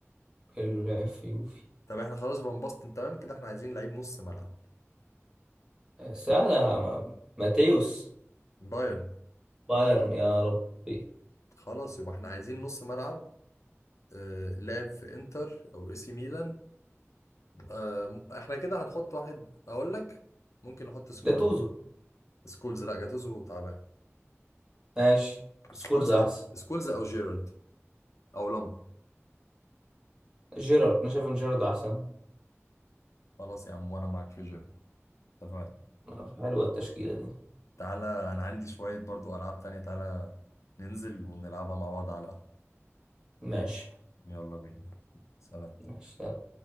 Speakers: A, on the right (about 15°); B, on the left (about 80°).
A: اللي لعب في يوفي
B: طب احنا خلاص فان باستن تمام كده احنا عايزين لعيب نص ملعب
A: آه، سهلة يا عم. ماتيوس
B: بايرن
A: بايرن يا ربي
B: خلاص يبقى احنا عايزين نص ملعب آه لعب في انتر او اي سي ميلان آه م- احنا كده هنحط واحد اقول لك ممكن نحط سكولز
A: جاتوزو
B: سكولز لا جاتوزو تعبان
A: ماشي سكولز
B: سكولز
A: أحسن
B: أو- سكولز او جيرارد او لامبر
A: جيرارد أنا شايف إن جيرارد أحسن
B: خلاص يا عم وانا معاك في جيرارد اتفقنا
A: آه، حلوة التشكيلة دي
B: تعالى انا عندي شوية برضو العاب تانية تعالى ننزل ونلعبها مع بعض على القهوة
A: ماشي
B: يلا بينا سلام
A: ماشي